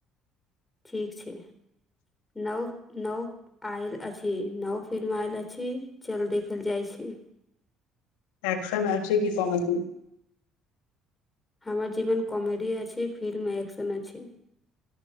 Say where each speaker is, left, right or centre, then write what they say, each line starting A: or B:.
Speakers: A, on the left; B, on the left.
A: ठीक छै नौ नव आयल अछि नव फिल्म आयल अछि चल देखैले जाइ अछि
B: एक्शन आओर छै कि कामेडी
A: हमर जीवन कमेडी अछि फिल्म एक्शन अछि